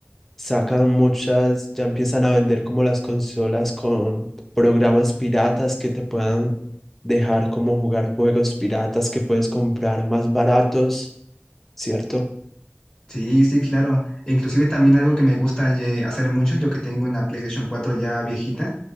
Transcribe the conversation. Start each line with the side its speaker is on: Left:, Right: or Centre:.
Centre: sacan muchas, ya empiezan a vender como las consolas con programas piratas que te puedan dejar como jugar juegos piratas que puedes comprar más baratos, ¿cierto?
Left: Sí, sí, claro. Inclusive también algo que me gusta eh, hacer mucho, yo que tengo una PlayStation 4 ya viejita,